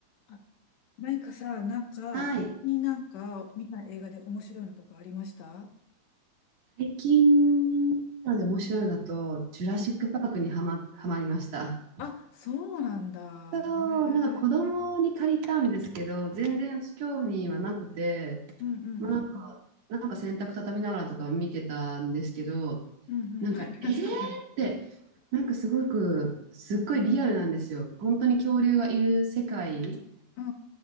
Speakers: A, on the left (about 70°); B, on the right (about 65°).
A: あ何かさ、なんか、
B: はい。
A: 最近なんか見た映画で面白いのとかありました
B: 最近なので面白いのだと、ジュラシック・
A: うん
B: パークにはま、はまりました。
A: あ、そうなんだ。
B: そう、
A: へえ。
B: なんか子供に借りたんですけど、全然私興味はなくて、
A: うんうんうんうん。
B: まあ、なんか、なんか洗濯畳みながらとか見てたんですけど、
A: うんうん。
B: なんか、
A: <laughs>
B: えー
A: そうなん
B: って、なんかすごく、すっごいリアルなんですよ。本当に恐竜がいる世界
A: だう